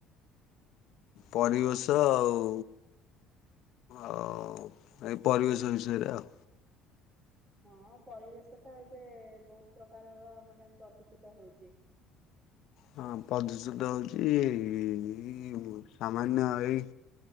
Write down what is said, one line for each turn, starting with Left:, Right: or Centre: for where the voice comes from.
Left: ପରିବେଶ ଆଉ ଆଉ ଏଇ ପରିବେଶ ବିଷୟରେ ଆଉ।
Right: ହଁ ପରିବେଶ ଟା ଏବେ ବହୁତ୍ ପ୍ରକାରର ମାନେ ପ୍ରଦୂଷିତ ହଉଚି।
Left: ହଁ ପ୍ରଦୂଷିତ ହଉଚି ସାମାନ୍ୟ ଏଇ